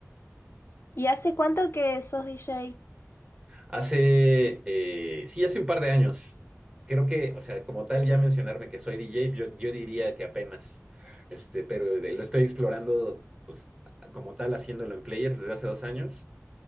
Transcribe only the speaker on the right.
Hace, eh, sí, hace un par de años. Creo que, o sea, como tal, ya mencionarme que soy DJ, yo, yo diría que apenas, este, pero de- lo estoy explorando, pues, como tal, haciéndolo en Players desde hace dos años.